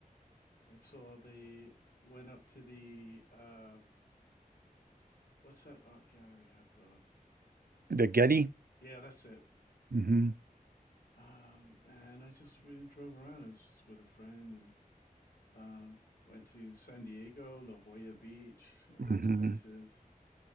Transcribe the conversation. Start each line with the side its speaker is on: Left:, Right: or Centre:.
Left: I saw the went up to the uh, what's that art gallery? Oh God,
Right: the Getty.
Left: yeah, that's it.
Right: hmm
Left: Um, and I just really drove around. I was just with a friend and uh, went to San Diego, La Jolla Beach, all those
Right: hmm
Left: places